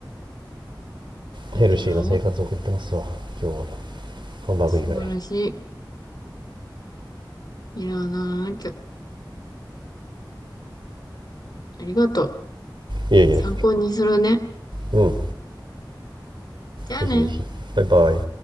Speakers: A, on the left (about 60°); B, on the right (about 85°).
A: 見習おう。
B: ヘルシーな生活を送ってますわ今日はハンバーグ以外
A: 素晴らしい。見習わなきゃ。ありがとう。
B: いえいえ
A: 参考にするね。
B: うん
A: じゃあね。
B: ぜひぜひバイバイ